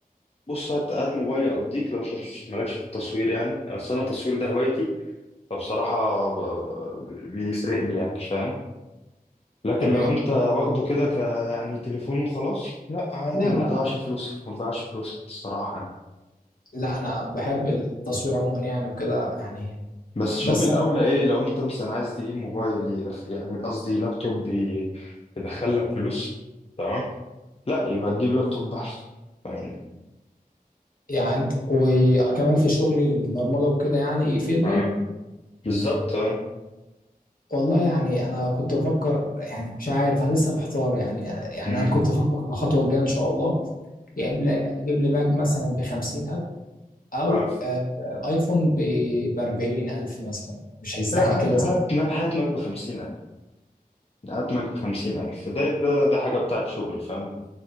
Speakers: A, on the left (about 40°); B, on the left (about 65°).
A: بص هات هات موبايلي اقضيك لو انت مش- مالكش في التصوير يعني انا اصلا التصوير ده هوايتي فبصراحه ب- ب- بيفرق لي يعني فاهم لكن
B: تمام
A: لو انت واخده كده ك يعني تليفون وخلاص لا عادي
B: لا
A: ما
B: لا
A: تضيعش فلوسك ما تضيعش فلوسك الصراحه يعني
B: لا انا بحب التصوير عموما يعني وكده يعني
A: بس شوف
B: بس
A: الاولى
B: انا
A: ايه لو انت مثلا عايز تجيب موبايل يدخ... يعني قصدي لابتوب ي- يدخل لك فلوس تمام لا يبقى تجيب لابتوب احسن فاهمني
B: يعني انت وكمان في شغلي البرمجه وكده يعني يفيدني
A: اه بالظبط اه
B: والله يعني انا كنت بفكر يعني مش عارف انا لسه محتار يعني يعني
A: امم
B: انا كنت بفكر في الخطوه الجايه ان شاء الله يجيب لي اجيب لي ماك مثلا ب 50000 او
A: اه
B: آه، ايفون ب 40000 مثلا مش هيستحمل
A: هات
B: كده
A: هات هات ماك بخمسين ألف هات ماك بخمسين ألف ده ده ده حاجة بتاعت شغل فاهم